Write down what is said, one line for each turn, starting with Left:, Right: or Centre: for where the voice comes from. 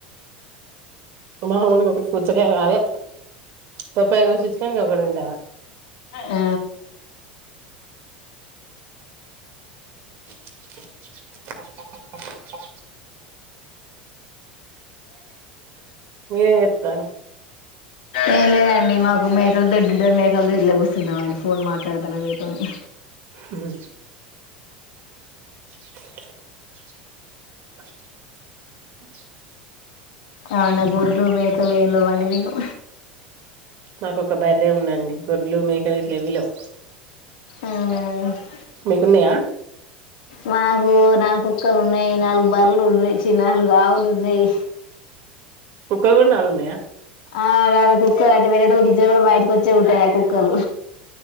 Right: మా మామకి ఒకటి పుచ్చకాయ అదే పొప్పాయ కోసి ఇచ్చిన నేను ఒకటి తింటాన.
Left: ఆ,
Right: <inaudible> మీరేం చెత్తార్రు.
Left: ఏం లేదండి మాకు మేకల దొడ్డుంటది. మేకల దొడ్లో కూసున్నామండి. ఫోన్ మాట్లాడుతాన్న మీతోని.
Right: ఉమ్ <inaudible> <inaudible>
Left: అవునా గొడ్లు, మేకలు ఏం లేవండి మీకు.
Right: నాకు ఒక బర్రె ఉందండి. గొడ్లు, మేకలు గిట్ల ఏవీ లేవు.
Left: ఆ,
Right: మీకున్నయా?
Left: మాకు నాలుగు కుక్కలు ఉన్నయి. నాలుగు బర్రెలు ఉన్నయి. చి నాలుగు ఆవులు ఉన్నాయి
Right: చుక్కగులు నయా
Left: ఆ అ కుక్కర్ అ వేరేట గిజర్ కూడా బయటకి వచ్చేట్టదా కుక్కరు